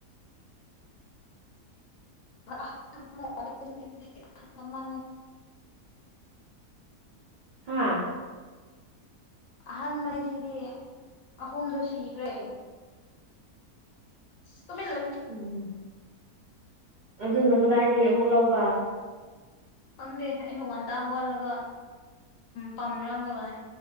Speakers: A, on the left; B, on the right.
A: ꯅꯦ
B: ꯍꯥꯥ
A: ꯑꯍꯟꯥꯟꯕꯅꯤꯁꯤꯗꯤ ꯑꯍꯨꯝꯗꯣ ꯁꯤꯈ꯭ꯔꯦ ꯀꯃꯤꯅꯅ
B: ꯎꯝ ꯑꯗꯨꯅ ꯀꯗꯥꯏꯗꯒꯤ ꯑꯃꯨꯛ ꯂꯧꯕ
A: ꯈꯪꯗꯦ ꯑꯌꯨꯛ ꯉꯟꯇꯥ ꯍꯧꯒꯠꯂꯒ ꯄꯃ꯭ꯔꯥ ꯑꯃꯨꯛ ꯂꯥꯛꯑꯦ